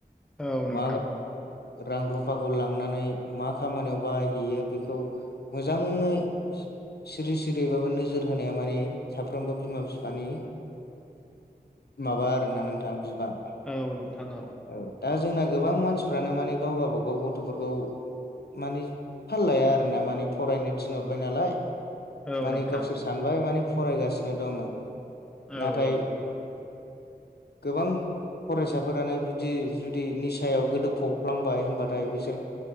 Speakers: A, in the centre; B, on the left.
A: औ नोंथां
B: मा रां रुफाखौ लांनानै मा खामानियाव बाहायहैयो बेखौ मोजाङै सिरि सिरिबाबो नोजोर होनाया माने साफ्रोमबो बिमा बिफानि माबा आरोना नोंथां बिबान
A: औ नोंथां औ
B: औ दा जोंना गोबां मानसिफ्रानो माने गाव गावबागाव गथ'फोरखौ मानि फाल लाया आरो ना माने फरायनो थिनहरबाय नालाय
A: औ
B: माने
A: नोंथां
B: गावसोर सानबाय माने फरायगासिनो दङ
A: औ
B: नाथाय
A: <inaudible>
B: गोबां फरायसाफोरानो बुदि जुदि निसायाव गोदोफबफ्लांबाय होनबाथाय बिसोर